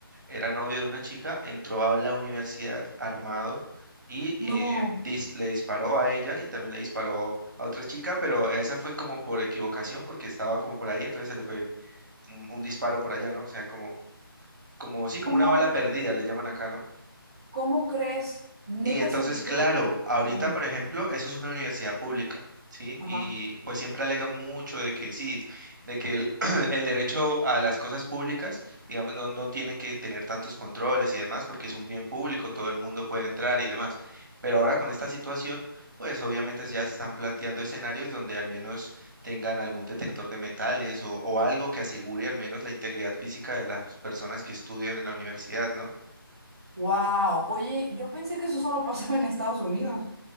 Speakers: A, on the right; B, on the right.
A: era novio de una chica entró a la universidad armado y
B: No,
A: eh, dis- le disparó a ella y también le disparó a otra chica, pero esa fue como por equivocación porque estaba como por ahí, entonces se le fue un, un disparo por allá, ¿no? O sea, como, como sí, como
B: ¿cómo,
A: una bala perdida, le llaman acá, ¿no?
B: cómo crees? Neta
A: Y entonces,
B: se... me
A: claro,
B: fue-
A: ahorita,
B: Ay,
A: por ejemplo, eso es una universidad pública, ¿sí?
B: Ajá.
A: Y pues siempre alega mucho de que sí, de que el, <clears throat> el derecho a las cosas públicas, digamos, no, no tienen que tener tantos controles y demás, porque es un bien público, todo el mundo puede entrar y demás. Pero ahora con esta situación, pues obviamente ya se están planteando escenarios donde al menos tengan algún detector de metales o, o algo que asegure al menos la integridad física de las personas que estudian en la universidad, ¿no?
B: Wow. Oye, yo pensé que eso solo <laughs> pasaba en Estados Unidos.